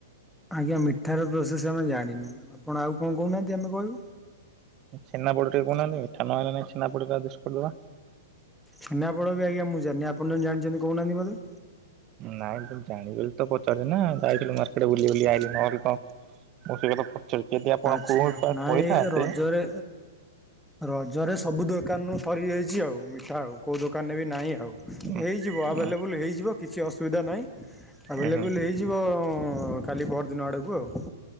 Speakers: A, in the centre; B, on the right.
A: ଆଜ୍ଞା ମିଠାର ପ୍ରୋସେସ୍ ଆମେ ଜାଣିନୁ, ଆପଣ ଆଉ କଣ କହୁନାହାନ୍ତି ଆମେ କହିବୁ।
B: ଛେନା ପୋଡ ଟେ କହୁନାହାନ୍ତି, ମିଠା ନ ହେଲେ ନାଇ ଛେନା ପୋଡ଼ ରେ ଆର୍ଜେଷ୍ଟ କରିଦବା।
A: ଛେନାପଡ଼ ବି ଆଜ୍ଞା ମୁଁ ଜଣିନି। ଆପଣ ଜାଣିଛନ୍ତି କହୁନାହାନ୍ତି ମୋତେ।
B: ନାଇଁ ଜାଣିିବି ତ ପଚାରିଲି ନା ଯାଇଥିଲୁ ମାର୍କେଟ ବୁଲି ବୁଲି ଆ ନହଲେ କଣ <inaudible> <unintelligible>
A: ଆଚ୍ଛା ନାଇଁ
B: କହିଥାନ୍ତେ
A: ରଜରେ, ରଜରେ ସବୁ ଦୋକାନରୁ ହରିଯାଇଛି ଆଉ ମିଠା ଆଉ କେଉଁ ଦୋକାନରେ ବି ନାହିଁ ଆଉ
B: ଉଁ
A: ହେଇଯିବ ଆଭେଲେବୁଲ୍
B: ଉଁ
A: ହେଇଯିବ। କିଛି ଅସୁବିଧା ନାହିଁ ଆଭେଲେବୁଲ୍
B: ଉହୁଁ।
A: ହେଇଯିବ କାଲି ପରଦିନ ଆଡ଼କୁ ଆଉ।